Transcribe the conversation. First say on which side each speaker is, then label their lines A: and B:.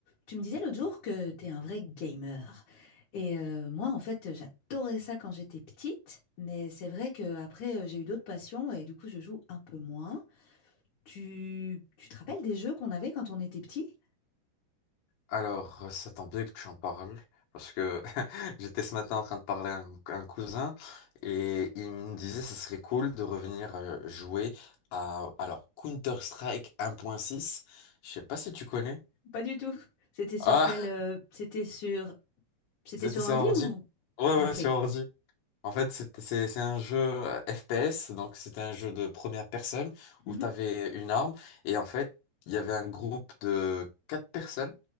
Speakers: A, on the left; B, on the left.
A: Tu me disais l'autre jour que t'es un vrai gamer. Et euh, moi, en fait, j'adorais ça quand j'étais petite, mais c'est vrai que qu'après, j'ai eu d'autres passions et du coup, je joue un peu moins. Tu, tu te rappelles des jeux qu'on avait quand on était petit?
B: Alors, euh, ça tombe bien que tu en parles, parce que <laughs> j'étais ce matin en train de parler à un, un cousin, et il me disait que ce serait cool de revenir euh, jouer à, alors, Counter-Strike un point six. je sais pas si tu connais.
A: Pas du tout. C'était sur
B: Ah,
A: quel... euh, c'était sur...
B: <laughs>
A: C'était
B: c'était
A: sur
B: sur
A: ordi
B: ordi.
A: ou...
B: Ouais,
A: Ah,
B: ouais,
A: ok.
B: sur ordi. En fait, c'est c'est- c'est un jeu euh, FPS, donc c'était un jeu de première personne
A: Mhm,
B: où tu avais une arme et en fait, il y avait un groupe de quatre personnes